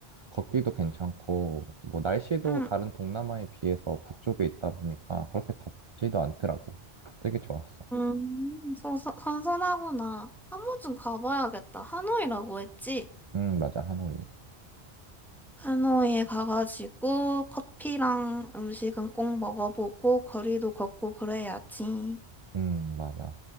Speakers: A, on the right (about 40°); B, in the centre.
A: 걷기도 괜찮고, 뭐, 날씨도
B: 응,
A: 다른 동남아에 비해서 북쪽에 있다 보니까 그렇게 덥지도 않더라고. 되게 좋았어.
B: 음, 서, 서- 선선하구나. 한 번쯤 가봐야겠다. 하노이라고 했지?
A: 음, 맞아. 하노이.
B: 하노이에 가가지고 커피랑 음식은 꼭 먹어보고 거리도 걷고 그래야지.
A: 음, 맞아.